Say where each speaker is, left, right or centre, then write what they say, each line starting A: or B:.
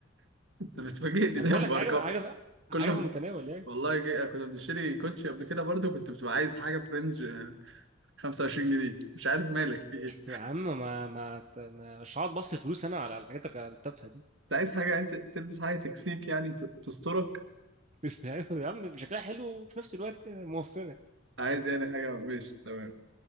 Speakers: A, on the right; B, on the right.
A: <laughs> انت بتفاجئني
B: انا
A: دايما
B: بقول لك
A: بارقام
B: حاجه حاجه
A: كل
B: حاجه
A: ما
B: في المتناول يعني
A: والله جي... كنا بنشتري كوتشي قبل كده برضو كنت بتبقى عايز حاجه فرنج آه، 25 جنيه مش عارف مالك في ايه
B: يا عم ما ما ت- ما- مش هقعد بص فلوس انا على الحاجات التافهه دي
A: انت عايز حاجه يعني ت- تلبس حاجه تكسيك يعني ت- تسترك
B: <laughs> يا عم شكلها حلو وفي نفس الوقت موفره
A: عايز يعني حاجه ماشي تمام